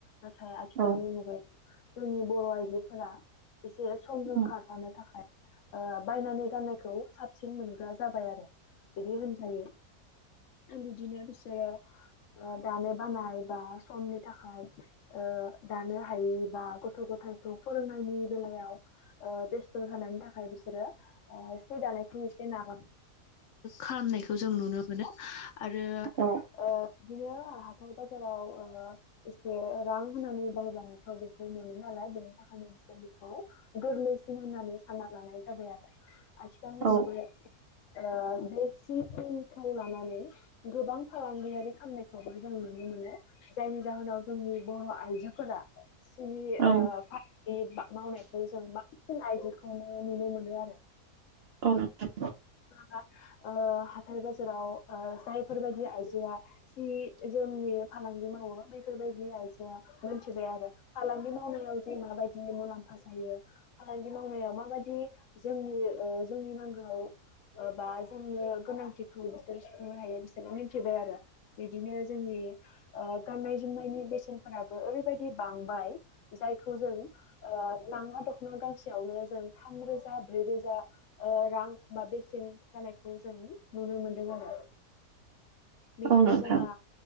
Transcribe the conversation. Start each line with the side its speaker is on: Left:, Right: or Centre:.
Left: नाथाय आथि खालनि
Right: औ
Left: मुगायाव जोंनि बर' आइजोफोरा एसे समजों
Right: औ
Left: खारफानो थाखाय ओ बायनानै गाननायखौ साबसिन मोनग्रा जाबाय आरो बिदि होनजायो। बिदिनो बिसोरो ओ दानो बानाय बा समनि थाखाय ओ नो हायि बा गथ' गथायखौ फोरोंनायनि बेलायाव ओ बेस्थ' जानायनि थाखाय बिसोरो ओ सि दानायखौ एसे नागार खालामनायखौ जों नुनो मोनो। आरो
Right: औ
Left: ओ बिदिनो हाथाय बाजाराव ओ एसे रां होनानै बायब्लानोथ' बेखौ मोनो नालाय बेनि थाखायनो बिसोर बेखौ गोरलैसिन होननानै सानना लानाय जाबाय आरो आथिखालनि मुगायाव
Right: औ
Left: ओ सि <unintelligible> खौ लानानै गोबां फालांगियारि खामनायखौबो जों नुनो मो नो। जायनि जाहोनाव जोंनि बर' आइजो फोरा सि
Right: औ
Left: ओ <unintelligible> मावनायखौ जों बांसिन आइजो खौनो नुनो मोनो आरो
Right: औ नोंथां।
Left: हा। ओ हाथाय बाजाराव ओ जायफोर बायदि आइजोआ सि जोमनि फालांगि माव मावो बैफोरबादि आइजोआ मोनथिबाय आरो फालांगि मावनायाव जे माबायदि मुलाम्फा जायो फालांगि मावनायाव माबायदि जोंनि ओ जोंनि नांगोआव ओ बा जोङो गोनांथिखौ बिसोर सुफुंनो हायो बिसोरो मिथिबाय आरो बिदिनो जोंनि बि ओ गाननाय जोमनायनि बेसेनफोरा ओरैबायदि बांबाय जायखौ जों ओ लांगा दख'ना गांसेयावनो जों थामरोजा ब्रै रोजा ओ रां बा बेसेन होनायखौ जों नुनो मोनदों आरो बिदिनो
Right: औ नोंथां
Left: जोंहा